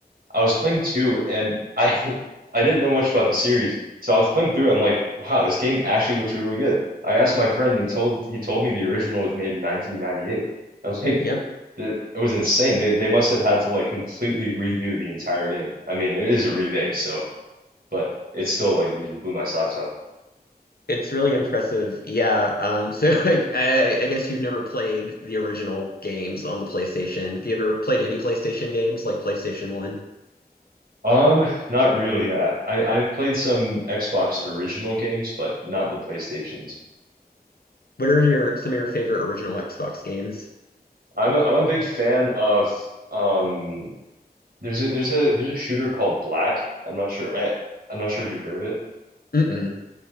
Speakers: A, on the right (about 60°); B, on the left (about 65°).
A: I was playing two and I <laughs> I didn't know much about the series. So I was playing through, I'm like, wow, this game actually looks really good. I asked my friend, and he told he told me the original was made in 1998. I was like,
B: Yep,
A: "Th- it was insane. They they must have had to like completely redo the entire game. I mean, it is a remake, so but it's still like it just blew my socks off.
B: it's really impressive. Yeah, um, so <laughs> like, I I guess you've never played the original games on the PlayStation. Have you ever played any PlayStation games like PlayStation One?
A: Um, not really. I, I I've played some Xbox original games, but not the PlayStations.
B: What are your some of your favorite original Xbox games?
A: I'm a, I'm a big fan of um there's a there's a there's a shooter called Black. I'm not sure. I, I'm not sure if you've heard of it.
B: Mm-mm.